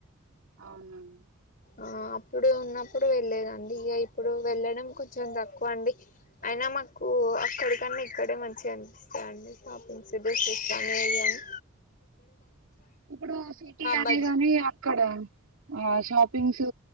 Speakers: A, on the right; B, on the left.
A: అవునండి
B: ఆ అప్పుడు ఉన్నప్పుడు వెళ్ళలేదండి ఇక ఇప్పుడు వెళ్ళడం కొంచెం తక్కువ అండి అయినా మాకు అక్కడికన్నా ఇక్కడే మంచిగా అనిపిస్తందిండి షాపింగ్స్డస్ ఇస్తనేవి అని
A: ఇప్పుడు సిటీ అనే
B: బజ్
A: గానే అక్కడ ఆ షాపింగ్స్